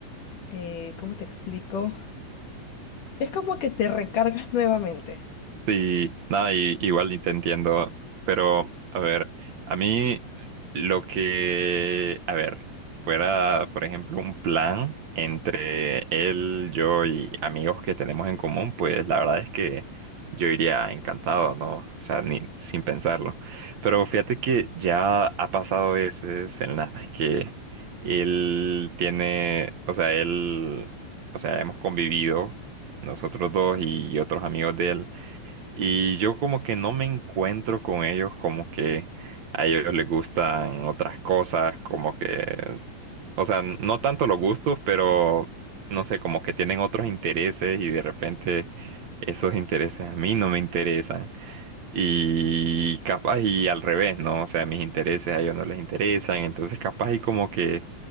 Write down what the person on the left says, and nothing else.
eh, ¿cómo te explico? Es como que te recargas <laughs> nuevamente.